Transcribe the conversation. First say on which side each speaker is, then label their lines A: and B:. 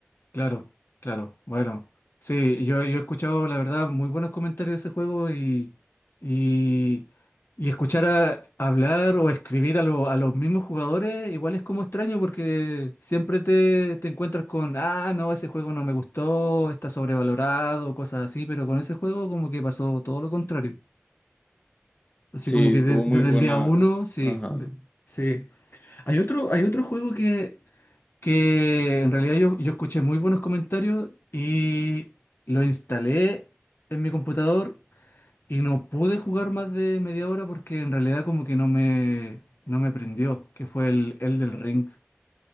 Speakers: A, on the left; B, on the left.
A: Claro, claro. Bueno, sí, yo, yo he escuchado, la verdad, muy buenos comentarios de ese juego y, y, y escuchar a, hablar o escribir a, lo- a los mismos jugadores igual es como extraño porque siempre te, te encuentras con, ah, no, ese juego no me gustó, está sobrevalorado, cosas así, pero con ese juego como que pasó todo lo contrario. Así
B: Sí,
A: como que de-
B: tuvo
A: desde
B: muy buena.
A: el día uno, sí,
B: Ajá.
A: de- sí. Hay otro, hay otro juego que que en realidad yo, yo escuché muy buenos comentarios y lo instalé en mi computador y no pude jugar más de media hora porque en realidad como que no me, no me prendió, que fue el, el del Ring.